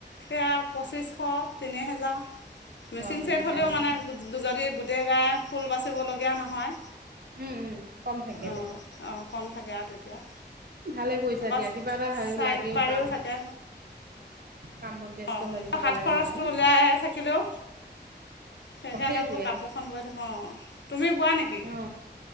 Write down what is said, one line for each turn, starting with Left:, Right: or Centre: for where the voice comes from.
Left: হেয়া পচিশ তিনিহেজাৰ মিচিং
Right: অ', তেনেকে
Left: ছেট হলে
Right: আহে।
Left: উ মানে যদি। গোটে গাই ফুল বাচিবলগীয়া নহয়।
Right: উম উম কম থাকে
Left: অঁ
Right: দে।
Left: অঁ কম থাকে আৰু তেতিয়া
Right: ভালে কৰিছা
Left: আকৌ
Right: দিয়া কিবা এটা হ
Left: ছাইড
Right: লাগেও
Left: পাৰিও
Right: কাম
Left: থাকে
Right: কামত ব্যস্ত
Left: অঁ
Right: হৈ থাকিব
Left: হাত
Right: লাগে
Left: খৰচটো
Right: মানুহ।
Left: উওলিয়াই থাকিলেও সেইকাৰণে
Right: অ', সেইটোৱে
Left: বোলো কাপোৰখন বৈ থাকোঁ অঁ তুমি বোৱা নেকি
Right: অ